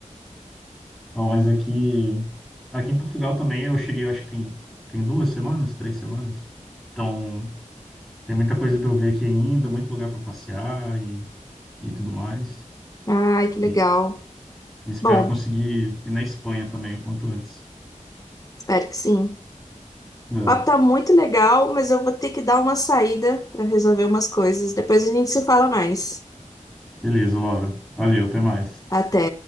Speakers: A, in the centre; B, on the left (about 25°).
A: Ó, mas aqui, aqui em Portugal também eu cheguei, eu acho que tem, tem duas semanas, três semanas. Então, tem muita coisa para eu ver aqui ainda, muito lugar para passear e, e tudo mais.
B: Ai, que legal.
A: E espero
B: Bom,
A: conseguir ir na Espanha também o quanto antes.
B: espero que sim.
A: É.
B: O papo tá muito legal, mas eu vou ter que dar uma saída para resolver umas coisas. Depois a gente se fala mais.
A: Beleza, Laura. Valeu, até mais.
B: Até.